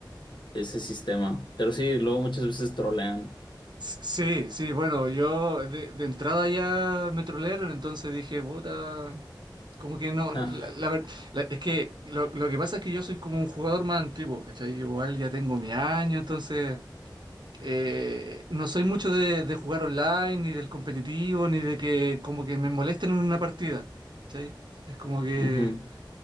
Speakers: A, on the left; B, on the right.
A: ese sistema. Pero sí, luego muchas veces trolean.
B: Sí, sí, bueno, yo de, de entrada ya me trolearon, entonces dije, puta, como que no,
A: <laughs>
B: la, la ver- la- es que lo, lo que pasa es que yo soy como un jugador más antiguo, ¿cachai? Igual ya tengo mi año, entonces eh, no soy mucho de, de jugar online, ni del competitivo, ni de que como que me molesten en una partida, ¿cachai? Es como que...
A: Ujú.